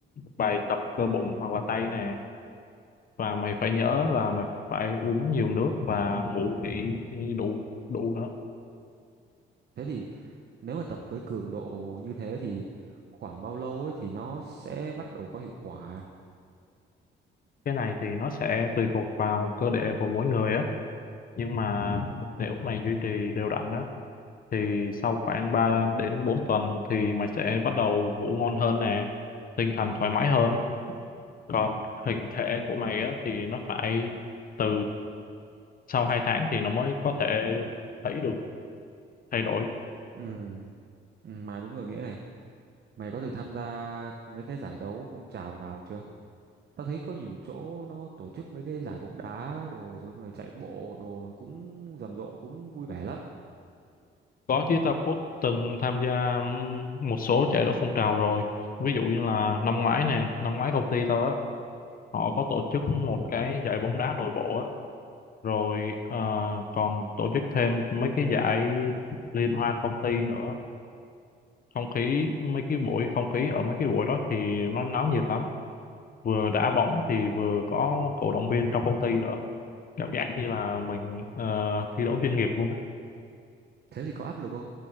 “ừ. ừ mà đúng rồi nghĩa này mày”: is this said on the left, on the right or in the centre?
Right